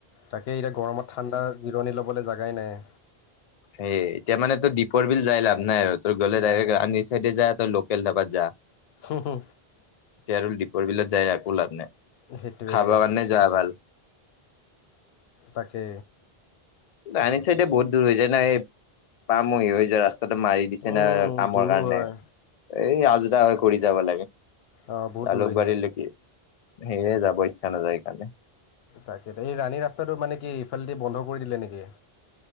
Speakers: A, on the left (about 75°); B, on the left (about 50°).
A: তাকে এতিয়া গৰমত ঠাণ্ডা জিৰণি ল'বলৈ জাগাই নাই।
B: সেই এতিয়া মানে তো দিপ- পৰ বিল যাই লাভ নাই আৰু তোৰ গ'লে
A: নাই
B: ডাইৰেক ৰানিৰ চাইডে যা তই লোকেল ধাবাত যা।
A: হু হু।
B: তে আৰু দীপৰ বিলত যাই একো লাভ নাই।
A: সেইটোৱে
B: খাবাৰ কাৰণে যোৱা ভাল।
A: তাকে।
B: ৰানী চাইডে বহুত দূৰ হৈ যায় না। এই পামহি হৈ যৱা ৰাস্তাটো টো মাৰি দিছে
A: উম
B: না কামৰ
A: দূৰো
B: কাৰণে।
A: হয়
B: এই আজৰা হৈ ঘূৰি যাবা লাগে।
A: অ বহুত
B: জালুকবাৰীলৈকে
A: দূৰ হৈ যায়।
B: সেয়ে যাব ইচ্ছা নাযায় সেইকাৰণে।
A: তাকে এই ৰাণী ৰাস্তাটো মানে কি ইফালেদি বন্ধ কৰি দিলে নেকি?